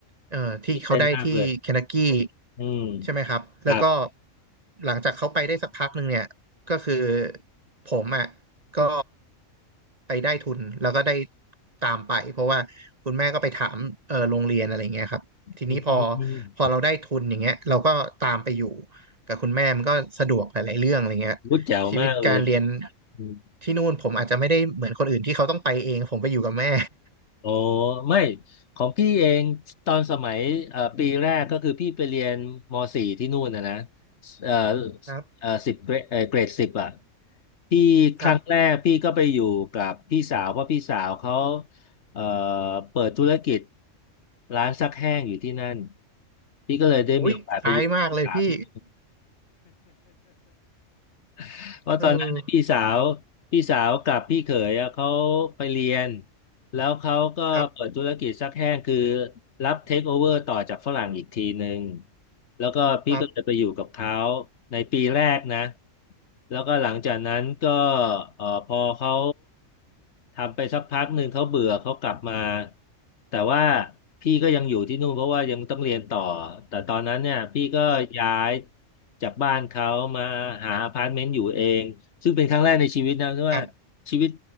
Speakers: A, on the right; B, on the left.
A: เอ่อที่เขาได้ที่เคน
B: ตื่นเต้นมากเลย
A: n ักกี้
B: อืม
A: ใช่ไหมครับแล้วก็
B: ครับ
A: หลังจากเขาไปได้สักพักหนึ่งเนี่ยก็คือผมอ่ะก็ไปได้ทุนแล้วก็ได้ตามไปเพราะว่าคุณแม่ก็ไปถามเออโรงเรียนอะไรเงี้ยครับทีนี้พอ
B: อืม
A: พอเราได้ทุนอย่างเงี้ยเราก็ตามไปอยู่กับคุณแม่มันก็สะดวกหลายๆเรื่องอะไรเงี้ย
B: พูดแจ๋วมากเลย
A: ชีวิตการเรียน
B: อม
A: ที่นู่นผมอาจจะไม่ได้เหมือนคนอื่นที่เขาต้องไปเองผมไปอยู่กับแม่
B: โอ้ไม่ของพี่เอง ตอนสมัยเอ่อปีแรกก็คือพี่ไปเรียนมสี่ที่นู่นนะนะเอ่อ
A: <laughs> ครับ
B: เอ่อสิบเกรดเอ่อเกรดสิบอ่ะพี่ครั้งแรกพี่ก็ไปอยู่กับพี่สาวเพราะพี่สาวเขา
A: ครับ
B: เอ่อเปิดธุรกิจร้านซักแห้งอยู่ที่นั่น พี่ก็เลยได้มีโอกาสไปอยู่กับพี่สาวที่นู่น
A: อุ้ย <laughs> คล้ายมากเลยพี่
B: <laughs> เพราะตอนนั้นพี่สาว
A: เออ
B: พี่สาวกับพี่เขยอะเขาไปเรียน แล้วเขาก็เปิดธุรกิจซักแห้งคือ
A: ครับ
B: รับเทคโอเวอร์ต่อจากฝรั่งอีกทีหนึ่งแล้วก็พี่ก็เลยไปอยู่กับเขา
A: ครับ
B: ในปีแรกนะแล้วก็หลังจากนั้นก็เอ่อพอเขาทำไปสักพักหนึ่งเขาเบื่อเขากลับมาแต่ว่าพี่ก็ยังอยู่ที่นู่นเพราะว่ายังต้องเรียนต่อแต่ตอนนั้นเนี่ยพี่ก็ย้าย
A: ครับ
B: จากบ้านเขามาหาอพาร์ตเมนต์อยู่เองซึ่งเป็นครั้งแรกในชีวิตนะที่ว่า
A: ครับ
B: ชีวิต